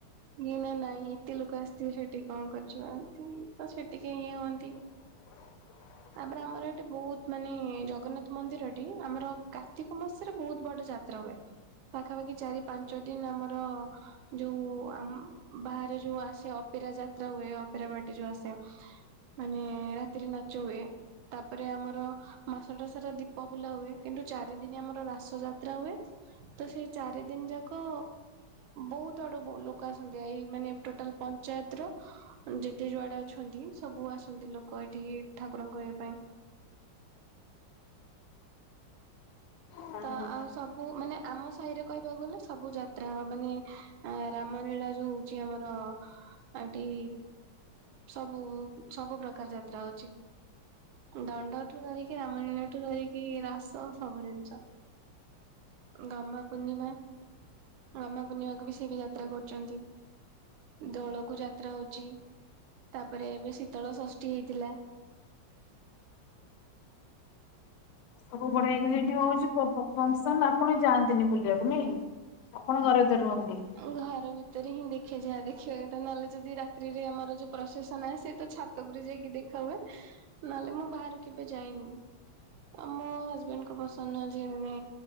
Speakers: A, on the right; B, on the left.
A: ନ ନା ନାଇଁ ଏତେ ଲୋକ ଆସିଥିବେ ସେଠିକି କଣ କରିଛନ୍ତି ତ ସେ ଟିକେ ଇଏ ହୁଅନ୍ତି।
B: <unintelligible>
A: ତାପରେ ଆମର ଏଠି ବହୁତ ମାନେ ଜଗନ୍ନାଥ ମନ୍ଦିରଠି ଆମର କାର୍ତ୍ତିକ ମାସରେ ବହୁତ ବଡ ଯା ତ୍ରା ହୁଏ। ପାଖାପାଖି ଚାରି ପାଞ୍ଚ ଦିନ ଆମର ଯୋଉ ଆମ ବାହାରେ ଯୋଉ ଆସେ ଅପେରା ଯାତ୍ରା ହୁଏ ଅପେରା ପାର୍ଟି ଯୋଉ ଆସେ ମାନେ ରାତିରେ ନାଚ ହୁଏ। ତାପରେ ଆମର ମାସଟା ସାରା ଦୀପ ବୁଲା ହୁଏ। କିନ୍ତୁ ଚାରି ଦିନ ଆମର ରାସ ଯାତ୍ରା ହୁଏ। ତ ସେଇ ଚାରି ଦିନ ଯାକ ବହୁତ ଆଡୁ ବ ଲୋକ କ ଆସନ୍ତି ଏଇ ମାନେ ଟୋଟାଲ ପଞ୍ଚାୟତର ମାନେ ଯେତେ ଯୁଆଡେ ଅଛନ୍ତି ସବୁ ଆସନ୍ତି ଲୋକ ଏଠିକି ଠାକୁରଙ୍କ ଇଏ ପାଇଁ।
B: ହଁ
A: ତ ଆଉ ସବୁ ସବୁ ମାନେ ଆମ ସାହିରେ କହିବାକୁ ଗଲେ ସବୁ ଯାତ୍ରା ମାନେ ଏଁ ରାମ ଲୀଳା ଯୋଉ ହେଉଛି ଆମର ଏଠି ସବୁ ସବୁ ପ୍ରକାର ଯାତ୍ରା ହଉଛି। ଦଣ୍ଡଠୁ ଧରିକି ରାମ ଲୀଳା ଠୁ ଧରିକି ରାସ ସବୁ ଜିନିଷ। ଗମହା ପୂର୍ଣ୍ଣିମା। ଗମ୍ଭା ପୂର୍ଣ୍ଣିମାକୁ ବି ସେ ବି ଯାତ୍ରା କରୁଛନ୍ତି। ଦୋଳକୁ ଯାତ୍ରା ହଉଛି ତାପରେ ଏବେ ଶୀତଳ ଷଷ୍ଠୀ ହେଇଥିଲା।
B: ସବୁ ବଢିଆକିରି ହେଇଠି ହଉଛି ପୁରା ପ ଫଙ୍କସନ ଆପଣ ଯାଆନ୍ତିନି ବୁଲିବାକୁ ନାଇ? ଆପଣ ଘରେ ଭିତରେ ରୁହନ୍ତି।
A: ଘର ଭିତରେ ହିଁ ଦେଖେ ଯାହା ଦେଖିବା କଥା ନହେଲେ ଯଦି ରାତିରେ ଆମର ଯୋଉ ପ୍ରସେସନ ଆସେ ତ ଛାତ ତ ଉପରେ ଯାଇକି ଦେଖା ହୁଏ। ନହେଲେ ମୁଁ ବାହାରୁ କେବେ ଯାଇନି। ଆମ ହଜବେଣ୍ଡକୁ ପସନ୍ଦ ନାଇ ଯେ ମାନେ